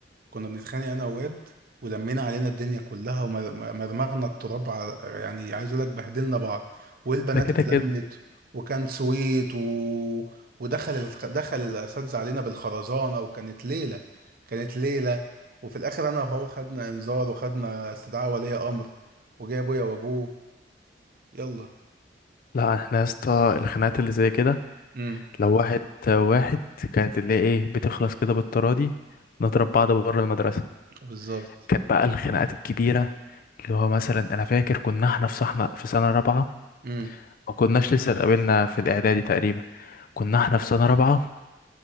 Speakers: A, on the right (about 55°); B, on the left (about 50°).
A: كنا بنتخانق انا وواد ولمينا علينا الدنيا كلها ومرمغنا التراب على يعني عايز اقول لك بهدلنا بعض والبنات
B: ده كده
A: اتلمت
B: كده
A: وكان سويت و... ودخل ال... دخل الاساتذه علينا بالخرزانه وكانت ليله كانت ليله وفي الاخر انا وهو خدنا انذار وخدنا استدعاء ولي امر وجاي ابويا وابوه يلا
B: لا احنا يا اسطى الخناقات اللي زي كده
A: امم
B: لو واحد واحد كانت اللي هي ايه بتخلص كده بالتراضي نضرب بعض بره المدرسة
A: بالظبط
B: كانت بقى الخناقات الكبيرة اللي هو مثلا انا فاكر كنا احنا في صحنا في سنة رابعة
A: امم
B: ما كناش لسه اتقابلنا في الاعدادي تقريبا كنا احنا في سنة رابعة